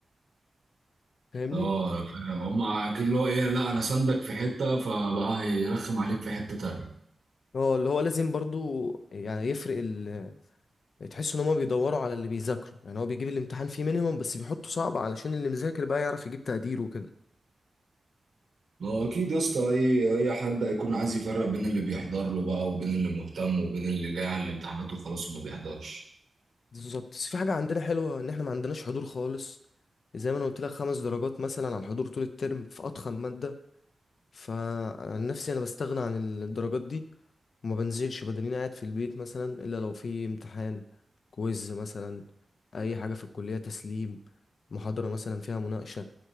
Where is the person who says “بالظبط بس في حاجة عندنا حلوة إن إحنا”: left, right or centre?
Left